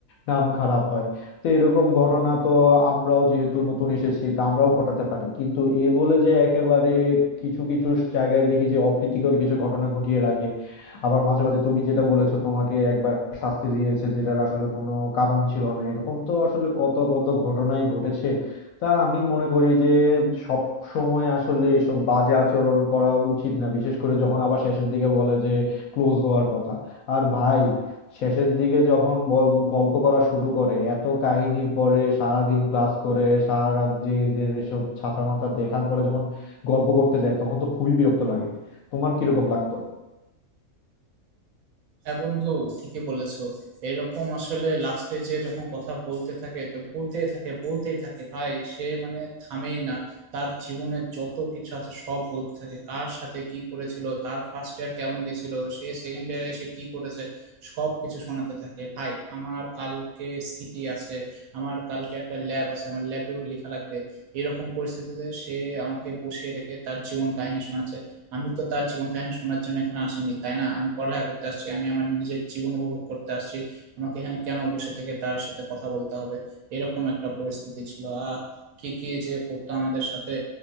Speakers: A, on the left; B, on the right.
A: নাম খারাপ হয় তো এরকম ঘটনা তো আমরাও যেহেতু নতুন এসেছি তা আমরাও ঘটাতে পারি কিন্তু এ বলে যে একেবারে কিছু কিছু জায়গায় দেখি যে অপ্রীতিকর কিছু ঘটনা ঘটিয়ে রাখে আবার মাঝে মাঝে তুমি যেটা বলেছো তোমাকে একবার শাস্তি দিয়েছে যেটার আসলে কোনো কারণ ছিল না এরকম তো আসলে কত কত ঘটনাই ঘটেছে তা আমি মনে করি যে সব সময় আসলে এসব বাজে আচরণ করা উচিত না বিশেষ করে যখন আবার শেষের দিকে বলে যে ক্লোজ হওয়ার কথা আর ভাই শেষের দিকে যখন ব- গল্প করা শুরু করে এত কাহিনীর পরে সারাদিন ক্লাস করে সারা রাত জেগে যে এসব ছাতা মাথা দেখার পরে যখন গল্প করতে যায় তখন তো খুবই বিরক্ত লাগে তোমার কিরকম লাগতো
B: হ্যাঁ বন্ধু ঠিকই বলেছো এরকম আসলে লাস্টে যে যখন কথা বলতে থাকে তো বলতেই থাকে বলতেই থাকে ভাই সে মানে থামেই না তার জীবনের যত কিছু আছে সব বলতে থাকে কার সাথে কি করেছিল তার ফার্স্ট ইয়ার কেমন গেছিল সে সেকেন্ড ইয়ারে এসে কি করেছে সব কিছু শোনাতে থাকে ভাই আমার কালকে সিটি আছে আমার কালকে একটা ল্যাব আছে আমার ল্যাব রিপোর্ট লেখা লাগবে এরকম পরিস্থিতিতে সে আমাকে বসিয়ে রেখে তার জীবন কাহিনী শোনাচ্ছে আমি তো তার জীবন কাহিনী শোনার জন্য এখানে আসিনি তাই না আমি পড়ালেখা করতে আসছি আমি আমার নিজের জীবন উপভোগ করতে আসছি আমাকে এখানে কেন বসে থেকে তার সাথে কথা বলতে হবে এরকম একটা পরিস্থিতি ছিল আহ কি কি যে করতো আমাদের সাথে